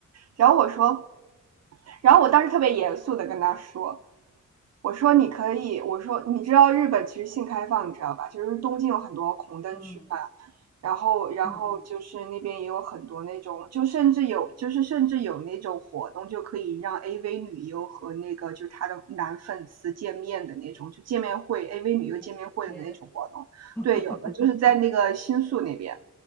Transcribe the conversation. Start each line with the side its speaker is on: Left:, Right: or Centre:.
Right: 然后我说。然后我当时特别严肃的跟他说，我说你可以，我说你知道日本其实性开放，你知道吧？就是东京有很多红灯区嘛，
Centre: 嗯
Right: 然后然后就是那边也有很多那种，
Centre: 嗯嗯，
Right: 就甚至有就是甚至有那种活动，就可以让 AV 女优和那个就是她的男粉丝见面的那种，就见面会 AV 女优见面会的那种活动。
Centre: 我的天
Right: 对，
Centre: <laughs>，
Right: 有的就是在那个新宿那边。